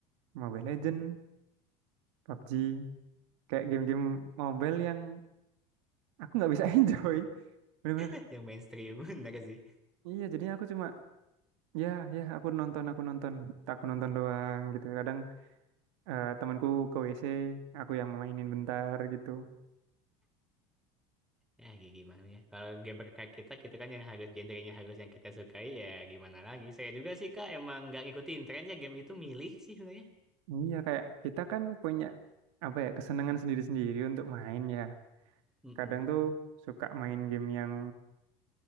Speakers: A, on the right (about 80°); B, in the centre.
A: Mobile Legend, PUBG, kayak game-game mobile yang aku nggak bisa <laughs> enjoy. Bener-bener
B: <laughs> Yang mainstream <laughs> bener sih.
A: Iya, jadinya aku cuma Ya, ya, aku nonton, aku nonton. Tak aku nonton doang gitu. Kadang eh, temanku ke WC, aku yang mainin bentar gitu.
B: Ya gi- gimana ya. Kalau game berkait kita, kita kan yang harus genrenya harus yang kita sukai ya gimana lagi. Saya juga sih Kak emang nggak ngikutin trennya game itu milih sih sebenarnya.
A: Iya, kayak kita kan punya apa ya, kesenangan sendiri-sendiri untuk main ya.
B: Mm-mm.
A: Kadang tuh suka main game yang